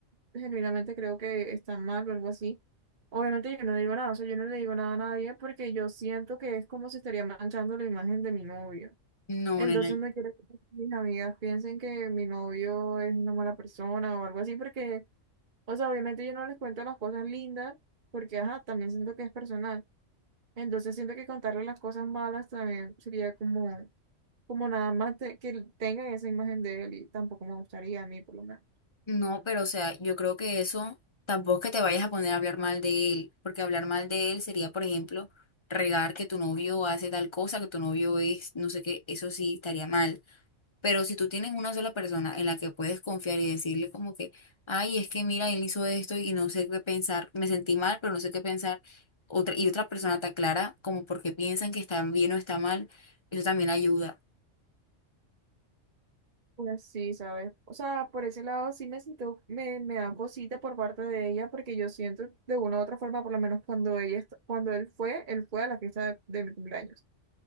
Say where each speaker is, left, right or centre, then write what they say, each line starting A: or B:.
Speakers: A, on the right; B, on the left.
A: genuinamente creo que están mal o algo así, obviamente yo no digo nada, o sea, yo no le digo nada a nadie porque yo siento que es como si estaría manchando la imagen de mi novio.
B: No,
A: Entonces
B: nena,
A: no quiero que mis amigas piensen que mi novio es una mala persona o algo así porque, o sea, obviamente yo no les cuento las cosas lindas porque, ajá, también siento que es personal. Entonces siento que contarle las cosas malas también sería como como nada más de- que él tenga esa imagen de él y tampoco me gustaría a mí por lo menos.
B: no, pero o sea, yo creo que eso tampoco es que te vayas a poner a hablar mal de él, porque hablar mal de él sería, por ejemplo, regar que tu novio hace tal cosa, que tu novio es, no sé qué, eso sí estaría mal. Pero si tú tienes una sola persona en la que puedes confiar y decirle como que, ay, es que mira, él hizo esto y no sé qué pensar, me sentí mal, pero no sé qué pensar, otra, y otra persona te aclara como porque piensan que está bien o está mal, eso también ayuda.
A: Pues sí, ¿sabes? O sea, por ese lado sí me siento, me, me da cosita por parte de ella porque yo siento de una u otra forma, por lo menos cuando ella, est- cuando él fue, él fue a la fiesta de, de mi cumpleaños.